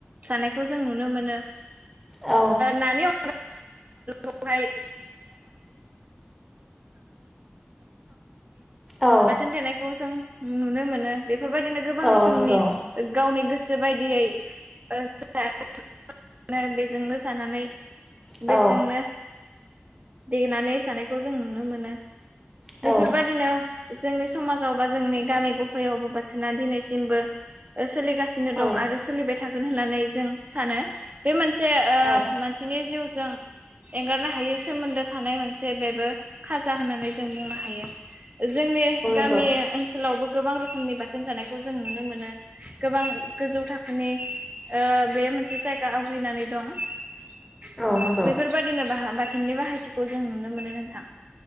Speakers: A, on the right; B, in the centre.
A: जानायखौ जों नुनो मोनो
B: औ
A: नानि <unintelligible> <unintelligible>
B: औ
A: बाथोन देनायखौ जों नुनो मोनो बे बेफोरबायदिनो गोबां
B: औ
A: रोखोमनि
B: नंगौ
A: गावनि गोसो गोसो बायदियै <unintelligible> बेजोंनो जानानै बेजोंनो
B: औ
A: देनानै जानायखौ जों नुनो मोनो
B: औ
A: बेफोरबायदिनो जोंनि समाजाव बा जोंनि गामि गफायावबो बाथोना दिनैसिमबो सोलिगासिनो
B: औ
A: दं आरो सोलिबाय थागोन होननानै जों सानो बे मोनसे ओ मानसिनि
B: औ
A: जिउजों एंगारनो हायै सोमोन्दो थानाय मोनसे बेबो खाजा होननानै जों बुंनो हायो जोंनि गामि
B: नंगौ
A: ओनसोलावबो गोबां रोखोमनि बाथोन जानायखौ जों नुनो मोनो गोबां गोजौ थाखोनि ओ बे मोनसे जायगा आवग्रिनानै दं बेफोरबायदिनो
B: औ नंगौ
A: बाह बाथोननि बाहायथिखौ जों नुनो मोनो नोंथां